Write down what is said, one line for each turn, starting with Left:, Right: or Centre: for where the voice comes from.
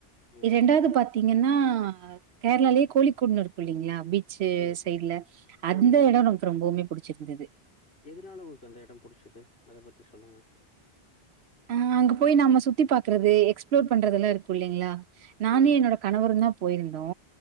Left: ம்,
Right: ரெண்டாவது பாத்தீங்கன்னா கேரளாலே கோழிக்கூட்ன் இருக்கில்லைங்களா பீ ச்சு
Left: ம்,
Right: சைட்ல அந்த
Left: ம்.
Right: எடோ ரொம் நமக் ரொம்பவுமே புடிச்சிருந்துது
Left: எதுனால உங்களுக்கு அந்த எடம் புடிச்சது அத பத்தி சொல்லுங்க
Right: ஆ அங்க போய் நம்ம சுத்தி பாக்குறது எக்ஸ்ப்ளோர் பண்றதுல்லா இருக்கு இல்லலைங்களா நானு
Left: ம்,
Right: என்னோட கணவருந்தா போயிருந்தோ